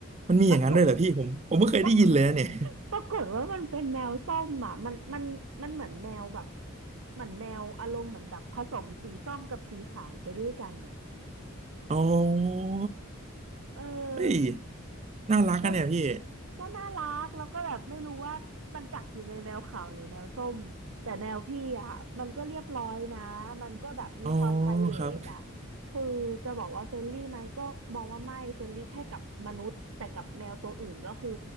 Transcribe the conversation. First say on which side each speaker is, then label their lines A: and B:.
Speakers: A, on the right (about 30°); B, on the right (about 75°).
A: มันมีอย่างนั้นด้วยเหรอพี่ผมผมไม่เคยได้ยินเลยนะเนี่ย
B: ปรากฏปรากฏปรากฏว่ามันเป็นแมวส้มอ่ะมันมันมันเหมือนแมวแบบเหมือนแมวอารมณ์เหมือนแบบผสมสีส้มกับสีขาวไปด้วยกันน่ะ
A: อ๋อ
B: เออ
A: เฮ้ยน่ารักอะเนี่ยพี่
B: ก็ก็น่ารักแล้วก็แบบไม่รู้ว่ามันจัดอยู่ในแมวขาวหรือแมวส้มแต่แมวพี่อ่ะมันก็เรียบร้อยนะมันก็แบบมีความ
A: อ๋อ
B: p r i v a
A: ครับ
B: t อ่ะคือจะบอกว่าเฟรนลี่ไหมก็มองว่าไม่เฟรนลี่แค่กับมนุษย์แต่กับแมวตัวอื่นก็คือ